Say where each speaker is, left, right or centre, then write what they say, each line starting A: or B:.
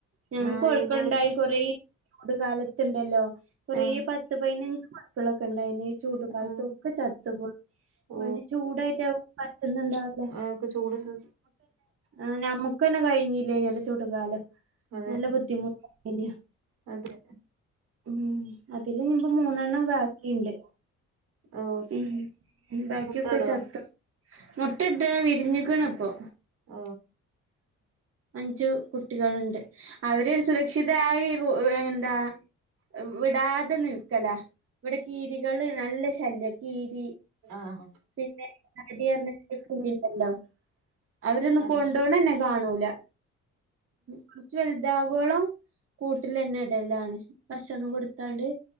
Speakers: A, on the right; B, on the right.
A: ഞങ്ങൾക്ക്
B: നായകള്
A: കോഴിക്കളുണ്ടായി കൊറെ. ചൂട് കാലത്തുണ്ടല്ലോ കൊറേ
B: ആഹ്
A: പത്ത് പതിനഞ്ച് മക്കളൊക്കെ ഉണ്ടായിന്. ചൂട് കാലത്തൊക്കെ
B: ആഹ്
A: ചത്തുപോയി
B: ഓ
A: മണ്ണ് ചൂടായിട്ട് അവും പറ്റുന്നുണ്ടാവില്ല.
B: ആക്കെ ചൂട്. <inaudible>
A: ആ നമ്മക്ക് തന്നെ കഴിഞ്ഞില്ലേ യ് നി ചൂടുകാലം.
B: അതെ
A: നല്ല ബുദ്ധിമുട്ട് ഇലയേനെ.
B: അതെ
A: ഉം അതില് ഞ്ഞിപ്പം മൂന്നെണ്ണം ബാക്കിണ്ട്.
B: ഓ
A: ഉം ബാക്കിയുക്കച്ചത്ത്.
B: മുട്ടടോ
A: മുട്ട ഇട്ട വിരിഞ്ഞിക്ക്ണ് ഇപ്പൊ.
B: ഓ
A: അഞ്ച് കുട്ടികളുണ്ട്. അവര് സുരക്ഷിതായി എന്താ വിടാതെ നിൽക്ക. ല ഇവിടെ കിരികൾ നല്ല ശല്യ കീരി.
B: ആഹ്
A: പിന്നെ <unintelligible> അവരൊന്നും
B: അതെ
A: കൊണ്ടോണതന്നെ കാണൂല. കുറച്ച് വലുതാവോളം കൂട്ടിൽ തന്നെ ഇടലാണ് ഭക്ഷണം കൊടുത്താണ്ട്.